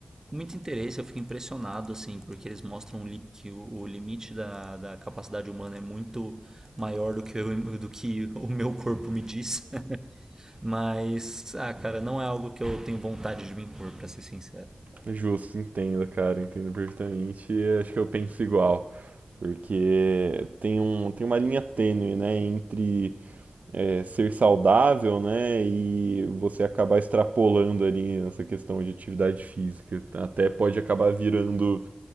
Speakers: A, on the right (about 20°); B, on the right (about 80°).
A: Com muito interesse, eu fico impressionado, assim, porque eles mostram li- que o, o limite da, da capacidade humana é muito maior do que, eu- do que o meu corpo me diz. <laughs> Mas, ah, cara, não é algo que eu tenho vontade de me impor, pra ser sincero.
B: Justo, entendo, cara, entendo perfeitamente. e Acho que eu penso igual, porque tem um, tem uma linha tênue, né, entre é, ser saudável, né, e você acabar extrapolando ali nessa questão de atividade física. Até pode acabar virando